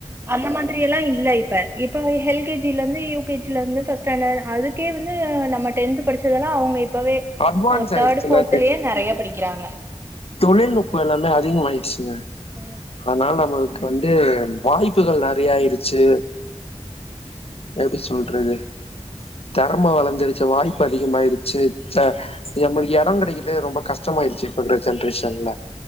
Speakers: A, on the right; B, on the left.
A: அந்த மாதிரி எல்லா இல்ல இப்ப இப்ப எல்கேஜில இருந்து யு கேஜில இருந்து பஸ்ட் ஸ்டாண்டர்ட் அது கே வந்து நம்ம டென்த் படிச்சதெல்லா அவங்க இப் ப்பவே
B: அட்வான்ஸ்
A: ஒரு
B: ஆயிடுச்சுல்ல
A: தேர்டு போர்த்லயே நெறைய படிக்கறாங்க
B: தொழில்நுட்ப எல்லாமே அதிகம் ஆயிடுச்சுங்க
A: ம்
B: அதனால நம்மளுக்கு வந்து வாய்ப்புகள் நெறைய ஆயிருச்சு எப்டி சொல்றது திறம வளர்ந்துருச்சு வாய்ப்பு அதிகமாயிருச்சு ச நம்மளுக்கு இடம் கிடைக்கில ரொம்ப கஷ்டமாயிருச்சு இப்ப இருக்ற ஜென்ரேஷன்ல